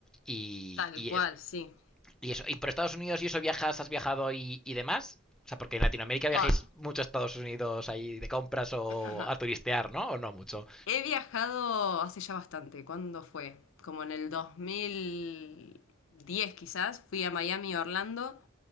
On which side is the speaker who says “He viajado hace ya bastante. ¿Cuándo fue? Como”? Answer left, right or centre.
Left